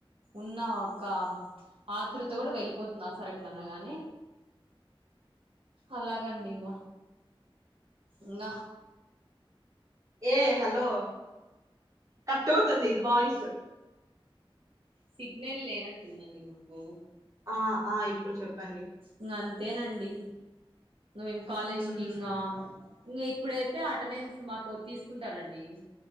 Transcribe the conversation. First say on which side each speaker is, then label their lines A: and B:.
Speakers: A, on the right; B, on the right.
A: ఉన్న ఒక్క ఆత్రుత కూడా వెళ్లిపోతుంది ఆ సారిట్ల అనగానే అలాగండి, ఇగ ఇంగ
B: ఏ హలో కట్ అవుతుంది వాయిస్
A: సిగ్నల్ లేనట్టుందండి మీకు
B: ఆ ఆ ఇప్పుడు చెప్పండి
A: ఇంగంతేనండి. ఇన్ కాలేజ్కింగా,
B: హ్మ్
A: ఇగ ఇప్పుడైతే అటెండెన్స్. మాకోటి తీసుకుంటారండి.